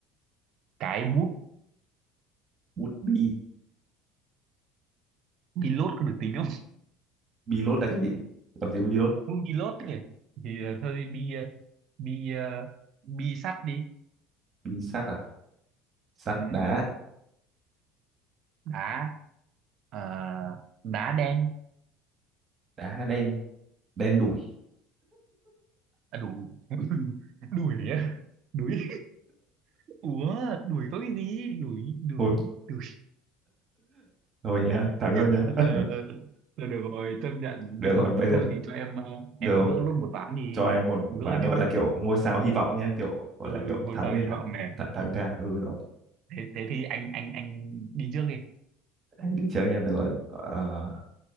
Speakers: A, on the right; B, on the right.
A: cái bút
B: bút bi
A: pilot có được tính không
B: bi lốt là cái gì làm gì có bi lốt
A: <laughs> bút pilot thì thì ờ, thôi bi ờ, bi ờ, bi sắt đi
B: bi sắt à sắt
A: ừ.
B: đá
A: đá ờ, đá đen
B: đá đen đen đủi
A: à, đủ <laughs> đuổi á đuổi Ủa, đuổi có cái gì? Đuổi, đuổi,
B: thôi
A: đuổi.
B: thôi nhá thắng rồi nhá
A: Ờ,
B: <laughs>
A: rồi được rồi, chấp nhận. Nhưng
B: được
A: mà
B: rồi bây
A: thôi
B: giờ
A: thì cho em ờ,
B: được
A: em
B: rồi.
A: gỡ luôn một ván đi.
B: cho em một ván
A: Gỡ nha.
B: gọi là kiểu ngôi sao hy vọng nhá kiểu gọi
A: Ừ,
B: là kiểu
A: ngôi
B: thắng
A: sao
B: thì
A: hy
B: thắng
A: vọng này.
B: thắng, thắng cả ừ rồi
A: Thế, thế thì anh anh anh đi trước đi.
B: anh đi trước nha được rồi Ờ,